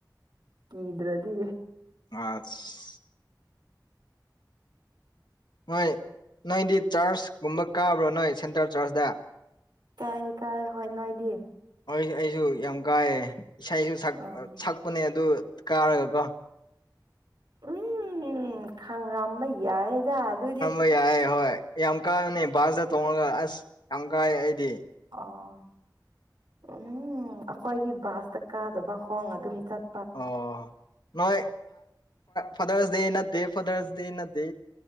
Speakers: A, on the right (about 70°); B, on the left (about 70°).
A: ꯀꯤꯗ꯭ꯔꯗꯤ
B: ꯑꯁ ꯅꯣꯏ ꯅꯣꯏꯗꯤ ꯆꯔꯆꯀꯨꯝꯕ ꯀꯥꯕ꯭ꯔꯣ ꯅꯣꯏ ꯁꯦꯟꯇ꯭ꯔꯦꯜ ꯆꯔꯆꯇ
A: ꯇꯥꯏ ꯀꯥꯏ ꯍꯣꯏ ꯅꯣꯏꯗꯤ
B: ꯍꯣꯢ ꯑꯩꯁꯨ ꯌꯥꯝ ꯀꯥꯢꯌꯦ ꯏꯁꯩꯁꯨ
A: ꯑꯣ
B: ꯁꯛꯄꯅꯦ ꯑꯗꯨ ꯀꯥꯔꯒꯀꯣ
A: ꯎꯝ ꯈꯥꯡꯔꯝꯕ ꯌꯥꯏꯗ ꯑꯗꯨꯏꯗꯤ
B: ꯍꯣꯏ ꯌꯥꯢꯌꯦ ꯍꯣꯏ ꯌꯥꯝ ꯀꯥꯕꯅꯦ ꯕꯥꯖꯗ ꯇꯣꯡꯔꯒ ꯑꯁ ꯌꯥꯝ ꯀꯥꯏꯌꯦ ꯑꯩꯗꯤ
A: ꯑꯣ ꯎꯝ ꯑꯩꯈꯣꯏꯗꯤ ꯕꯥꯁꯇ ꯀꯥꯗꯕ ꯈꯣꯡ ꯑꯗꯨꯝ ꯆꯠ
B: ꯑꯣ ꯅꯣꯏ ꯐꯥꯗꯔꯁ ꯗꯦ ꯅꯠꯇꯦ ꯐꯥꯗꯔꯁ ꯗꯦ ꯅꯠꯇꯦ